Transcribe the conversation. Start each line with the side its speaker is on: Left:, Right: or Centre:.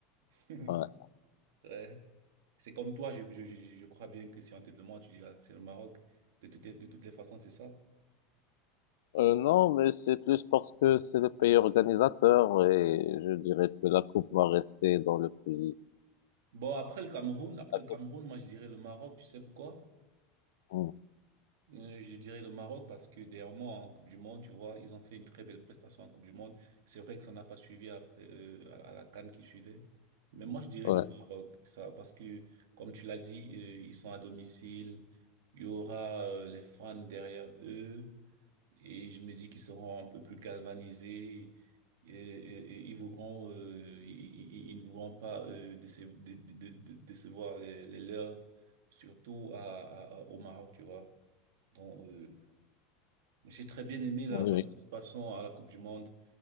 Right: <laughs>
Left: Ouais.
Right: Ouais. C'est comme toi, je, je, je, je crois bien que si on te demande, tu diras que c'est le Maroc. De toutes les, de toutes les façons, c'est ça.
Left: Euh, non, mais c'est plus parce que c'est le pays organisateur et je dirais que la coupe va rester dans le pays.
Right: Bon, après le Cameroun, après
Left: La
Right: le Cameroun,
Left: coupe.
Right: moi, je dirais le Maroc. Tu sais pourquoi?
Left: Mm.
Right: Euh, Je dirais le Maroc parce que dernièrement en Coupe du Monde, tu vois, ils ont fait une très belle prestation en Coupe du Monde. C'est vrai que ça n'a pas suivi après euh, à la à la CAN qui suivait. Mais moi, je dirais
Left: Ouais.
Right: le Maroc, ça, parce que comme tu l'as dit, euh, ils sont à domicile, il y aura euh, les fans derrière eux et je me dis qu'ils seront un peu plus galvanisés et, et- et ils voudront, euh, ils, ils- ils ne voudront pas euh, déce- dé- dé- dé- décevoir les, les leurs, surtout à, à- à- au Maroc, tu vois. Donc, euh, j'ai très bien aimé la
Left: Oui,
Right: participation
Left: oui,
Right: à la Coupe du Monde.